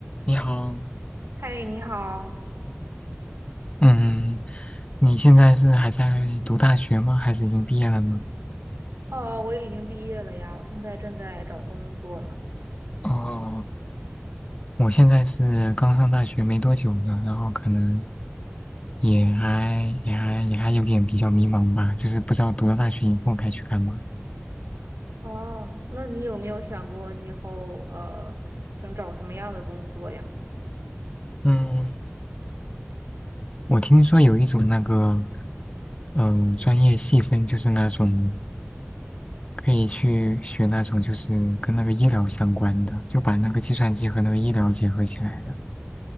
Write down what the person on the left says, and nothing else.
你好，
嗯，你现在是还在读大学吗？还是已经毕业了呢？
哦，我现在是刚上大学没多久呢，然后可能也还也还也还有点比较迷茫吧，就是不知道读了大学以后该去干嘛。
嗯，我听说有一种那个，呃，专业细分，就是那种可以去学那种就是跟那个医疗相关的，就把那个计算机和那个医疗结合起来的。